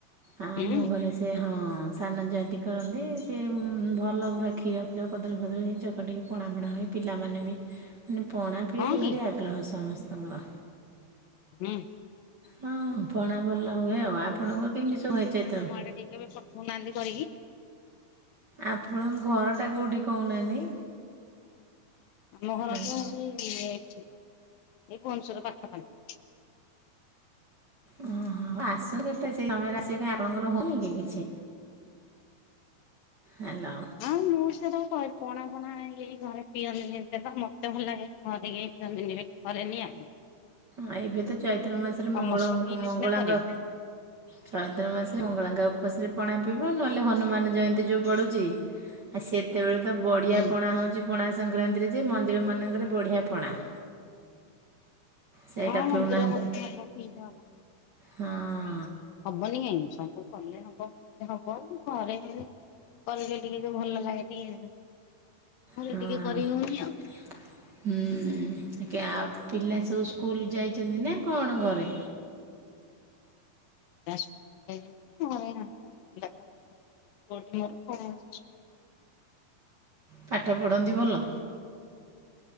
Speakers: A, on the right; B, on the left.
A: ଆ ଆମ
B: ଉଁ
A: ଘରେ ସେ ହଁ ସାନ ଜା ଟିି କରନ୍ତି ସେ ଉଁ ଭଲ ପୁରା କ୍ଷୀର ପୁରା କଦଳୀ ଫଦଳି ଚ ଚକଟିକି ପଣା ଫଣା ହୁଏ ପିଲାମାନେ ବି। ମାନେ ପଣା ପିଇବାକୁ
B: ହଁ
A: ଭାରି
B: କି?
A: ଆଗ୍ରହ ସମସ୍ତଙ୍କର।
B: ହୁଁ।
A: ହଁ ପଣା ଭଲ ହୁଏ ଆଉ ଆପଣଙ୍କ କେମିତି ସବୁ ହେ ଚୈତ୍ର ମ
B: <unintelligible> କହୁନାହାନ୍ତି କରିକି।
A: ଆପଣ ଘରଟା କୋଉଠି କହୁନାହାନ୍ତି?
B: ଆମ ଘର
A: ହାଲୋ
B: ତ ଏଇ ଏଠି ଏଇ ଭୁବନେଶ୍ଵର ପାଖାପାଖି।
A: ଓହୋ ଆସ ସେଇ ସମୟରେ ଆଶିବ କାହିଁକି ଆପଣଙ୍କର ହଉନି କି କିଛି? ହାଲୋ।
B: ମୋର ସେଟା କ ପଣା ଫଣା ଆଣିକି କେହି ଘରେ ପିଅନ୍ତିନି ତ ମତେ ଭଲ ଲାଗେ ଘରେ ଇଏ ପିଅନ୍ତିନି ବାକି ଘରେ ନିି ଆ
A: ହଁ ଏବେ ତ ଚୈତ୍ର ମାସରେ ମଙ୍ଗଳ
B: ସମସ୍ତେ ପିଇଲେ
A: ମଙ୍ଗଳାଙ୍କ।
B: ସିନା କରିବି।
A: ଚୈତ୍ର ମାସରେ ମଙ୍ଗଳାଙ୍କ ଉପାସରେ ପଣା ପିଇବ ନହେଲେ ହନୁମାନ ଜୟନ୍ତୀ ଯୋଉ ପଡୁଛି। ଆଉ ସେତେବେଳେ ତ ବଢିଆ
B: ହୁଁ
A: ପଣା ହଉଛି ପଣା ସଂକ୍ରାନ୍ତିରେ ଯେ ମନ୍ଦିର ମାନଙ୍କରେ ବଢିଆ ପଣା। ସେଇଟା
B: ହଁ
A: ପିଉ
B: ମନ୍ଦିର
A: ନାହା
B: ଗଲେ ହବ ପିଇଲେ ହବ।
A: ହଁ।
B: ହବନି କାହିଁକି ଏଇ ସବୁ କଲେ ହବ ପ ହବ ଘରେ ହ କହିଲେ ଟିକେ ତ ଭଲ ଲାଗେ ଟିକେ ଘରେ
A: ହଁ
B: ଟିକେ କରି
A: ହଁ
B: ହଉନି ଆଉ।
A: ଟିକେ ଆଉ ପିଲା ସବୁ ସ୍କୁଲ ଯାଇଛନ୍ତି ନା କଣ ଘରେ
B: ହଁ ଯାଇଛନ୍ତି।
A: ପାଠ ପଢ଼ନ୍ତି ଭଲ।